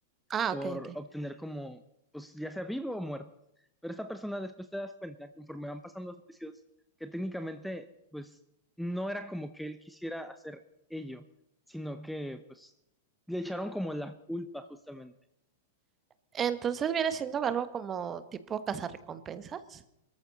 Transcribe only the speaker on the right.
ah,
ok, ok.
Entonces viene siendo algo como tipo cazarrecompensas.